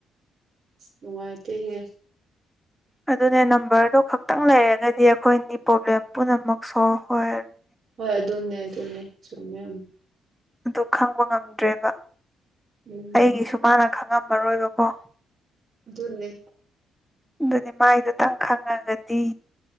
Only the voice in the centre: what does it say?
ꯑꯗꯨꯅꯦ ꯅꯝꯕꯔꯗꯣ ꯈꯛꯇꯪ ꯂꯩꯔꯒꯗꯤ ꯑꯩꯈꯣꯏꯅꯤ ꯄ꯭ꯔꯣꯕ꯭ꯂꯦꯝ ꯄꯨꯝꯅꯃꯛ ꯁꯣꯜꯕ ꯑꯣꯏꯔꯅꯤ
ꯑꯗꯨ ꯈꯪꯕ ꯉꯝꯗ꯭ꯔꯦꯕ
ꯑꯩꯒꯤꯁꯨ ꯃꯥꯅ ꯈꯪꯉꯝꯃꯔꯣꯏꯕꯀꯣ
ꯑꯗꯨꯗꯤ ꯃꯒꯤꯗꯨꯇꯪ ꯈꯪꯉꯒꯗꯤ